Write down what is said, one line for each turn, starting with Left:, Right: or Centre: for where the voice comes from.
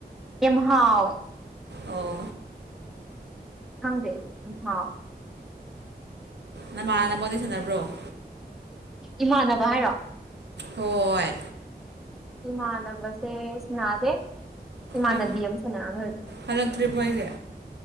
Centre: ꯌꯥꯝ ꯍꯥꯎ
Right: ꯑꯣ
Centre: ꯈꯪꯗꯦ ꯎ ꯍꯥꯎ
Right: ꯅꯃꯥꯟ ꯅꯕꯣꯗ ꯁꯥꯟꯅꯕ꯭ꯔꯣ
Centre: ꯏꯃꯥꯟꯅꯕ ꯍꯥꯏꯔꯣ
Right: ꯍꯣꯏ
Centre: ꯏꯃꯥꯟꯅꯕꯁꯦ ꯁꯅꯥꯗꯦ ꯏꯃꯥꯟꯅꯕꯤ
Right: ꯑꯩ
Centre: ꯑꯃ ꯁꯅꯗꯤ
Right: ꯍꯜꯂꯛꯇ꯭ꯔꯤꯕꯣ ꯑꯩꯁꯦ